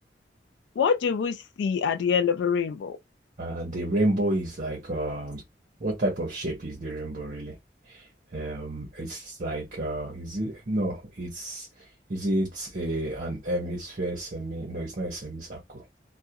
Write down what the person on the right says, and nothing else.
Uh, the rainbow is like um, what type of shape is the rainbow really? Um, it's like uh, is it no? It's is it a an hemisphere semi? No, it's not a semicircle.